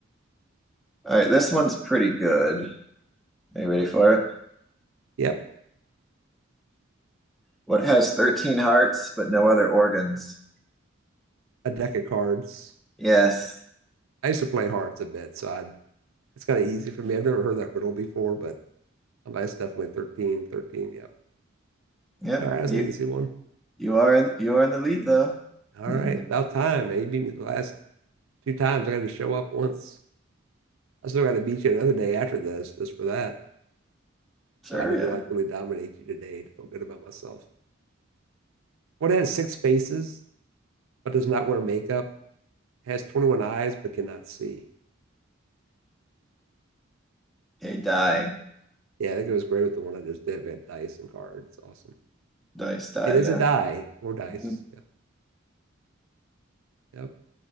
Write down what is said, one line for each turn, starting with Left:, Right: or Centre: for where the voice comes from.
Centre: All right, this one's pretty good. Are you ready for it?
Right: Yep.
Centre: What has 13 hearts but no other organs?
Right: A deck of cards.
Centre: Yes.
Right: I used to play hearts a bit, so I it's kind of easy for me. I've never heard that riddle before, but I'm definitely 13, 13. Yep.
Centre: Yep.
Right: All right, that's
Centre: You
Right: an easy one.
Centre: you are in you are in the lead though. <laughs>
Right: All right, about time, man. You beat me the last two times. I got to show up once. I still got to beat you another day after this, just for that.
Centre: Sure,
Right: So I need
Centre: yeah.
Right: to like really dominate you today to feel good about myself. What has six faces but does not wear makeup? Has 21 eyes but cannot see.
Centre: A die,
Right: Yeah, that goes great with the one I just did. We had dice and cards. It's Awesome.
Centre: dice, die,
Right: It is
Centre: yeah.
Right: a die or dice.
Centre: Mhm.
Right: Yeah. Yep.